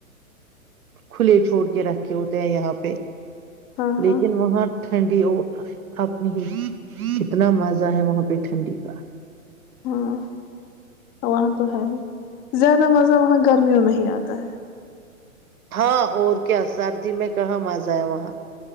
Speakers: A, on the right; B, on the left.
A: کھلے چھوڑ کے رکھے ہوتے ہیں یہاں پہ
B: ہاں
A: لیکن
B: ہاں
A: وہاں <inaudible> ٹھنڈی وہ اپنی ہی کتنا مزہ ہے وہاں پہ ٹھنڈی کا
B: ہاں <inaudible> وہاں تو ہے ہی زیادہ مزہ وہاں گرمیوں نہیں آتا ہے
A: ہاں اور کیا سردی میں کہاں مزا ہے وہاں